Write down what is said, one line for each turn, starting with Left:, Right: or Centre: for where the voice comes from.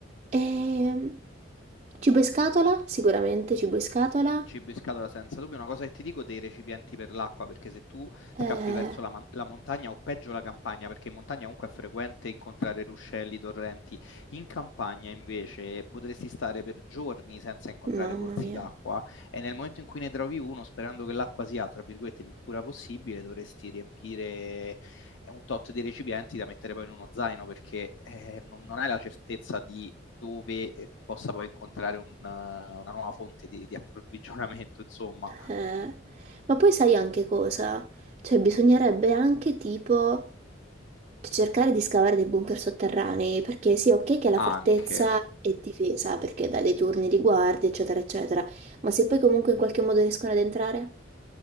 Right: E... Cibo in scatola, sicuramente cibo in scatola.
Left: Cibo in scatola senza dubbio. Una cosa che ti dico dei recipienti per l'acqua, perché se tu
Right: Eh,
Left: scappi verso la, man- la montagna o peggio la campagna, perché in montagna comunque è frequente incontrare ruscelli, torrenti, in campagna invece potresti stare per giorni senza incontrare
Right: mamma
Left: corsi
Right: mia.
Left: d'acqua e nel momento in cui ne trovi uno, sperando che l'acqua sia, tra virgolette, più pura possibile, dovresti riempire è un tot di recipienti da mettere poi in uno zaino perché eh, non, non hai la certezza di dove eh, tu possa poi incontrare un, una nuova fonte di, di approvvigionamento, insomma,
Right: Eh, ma poi sai anche cosa? Cioè, bisognerebbe anche tipo cercare di scavare dei bunker sotterranei, perché sì, ok che la
Left: anche.
Right: fortezza è difesa, perché dà dei turni di guardia, eccetera, eccetera, ma se poi comunque in qualche modo riescono ad entrare?